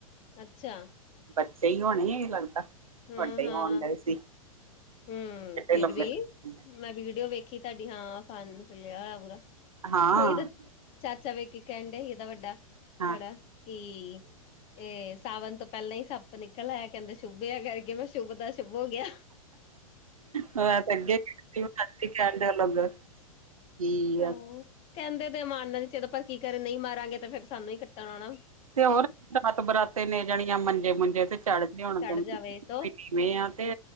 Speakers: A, on the left (about 30°); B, on the right (about 70°).
A: ਅੱਛਾ।
B: ਬੱਚੇ ਹੀ ਹੋਣੇ ਇਹ ਲੱਗਦਾ
A: ਹਾਂ
B: ਵੱਡੇ
A: ਹਾਂ
B: ਹੋਣ ਗਏ ਸੀ।
A: ਹੂੰ, ਫਿਰ
B: ਲੰਬੇ
A: ਵੀ
B: ਲੰਬੇ।
A: ਮੈਂ ਵੀਡੀਓ ਵੇਖੀ ਤੁਹਾਡੀ ਹਾਂ ਫਨ ਫਿਲਿਆ ਹੋਯਾ ਪੂਰਾ।
B: ਹਾਂ।
A: ਔਈ ਇਹਦਾ ਚਾਚਾ ਵੇਖ ਕਹਿਡਿਆ ਸੀ ਇਹਦਾ ਵੱਡਾ
B: ਹਾਂ
A: ਬੜਾ ਕੀ ਇਹ ਸਾਵਨ ਤੋਂ ਪਹਿਲਾਂ ਹੀ ਸੱਪ ਨਿਕਲ ਆਇਆ, ਕਹਿੰਦਾ ਸ਼ੁਭਿਆ ਕਰਕੇ ਮੈਂ ਸ਼ੁੱਭ ਦਾ ਸ਼ੁੱਭ ਹੋ ਗਿਆ।
B: ਮੈਂ ਤੇ ਅੱਗੇ ਕਹਿਣ ਡ <unintelligible> ਠੀਕ
A: ਹਾਂ
B: ਆ।
A: ਕਹਿੰਦੇ ਤੇ ਮਾਰਨਾ ਨੀ ਚਾਹਿਦਾ, ਪਰ ਕੀ ਕਰ ਨਹੀਂ ਮਾਰਾਂਗੇ ਤੇ ਫਿਰ ਸਾਨੂੰ ਹੀ ਕੱਟਣ ਆਣਾ।
B: ਤੇ ਹੋਰ ਰਾਤ-ਬਰਾਤੇ ਤੀਨੇ ਜਾਣੀਆਂ ਮੰਜੇ-ਮੁਜੇ ਤੇ ਚੜ੍ਹਦੇ ਹੋਣ ਤੇ
A: ਚੜ ਜਾਵੇ ਤੋ
B: ਕਿਵੇ ਆ ਤੇ